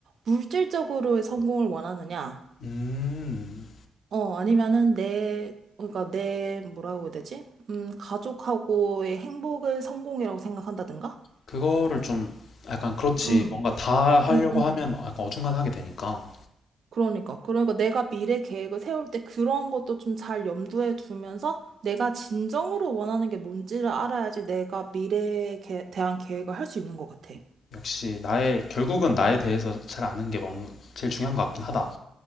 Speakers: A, on the right; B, on the left.
A: 물질적으로의 성공을 원하느냐?
B: 음
A: 어, 아니면은 내, 그러니까 내, 뭐라고 해야 되지? 음, 가족하고의 행복을 성공이라고 생각한다든가?
B: 그거를 좀 약간 그렇지.
A: 음,
B: 뭔가 다 하려고
A: 음, 음.
B: 하면 약간 어중간하게 되니까.
A: 그러니까. 그러니까 내가 미래 계획을 세울 때 그런 것도 좀 잘 염두에 두면서 내가 진정으로 원하는 게 뭔지를 알아야지 내가 미래에 개- 대한 계획을 할 수 있는 것 같아.
B: 역시 나의, 결국은 나에 대해서 잘 아는 게 뭔, 제일 중요한 것 같긴 하다.